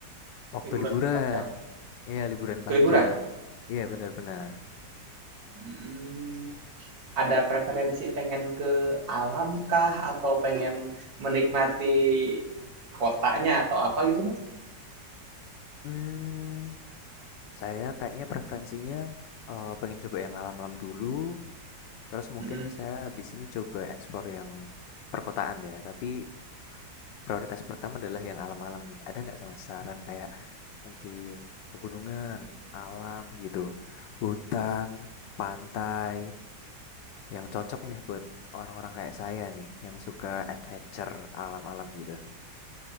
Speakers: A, on the left; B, on the right.
A: Waktu
B: Liburan
A: liburan.
B: panjang.
A: Iya, liburan
B: Ke
A: panjang.
B: liburan?
A: Iya, benar-benar.
B: Hmm, ada preferensi pengen ke alam kah atau pengen menikmati kotanya atau apa gitu Mas?
A: Hmm, saya kayaknya preferensinya eh, pengen coba yang alam-alam dulu. Terus mungkin
B: Mm-mm.
A: saya habis ini coba explore yang perkotaan ya. Tapi Prioritas pertama adalah yang alam-alam nih. Ada nggak sama saran kayak mungkin pegunungan, alam gitu, hutan, pantai, yang cocok nih buat orang-orang kayak saya nih, yang suka adventure alam-alam gitu.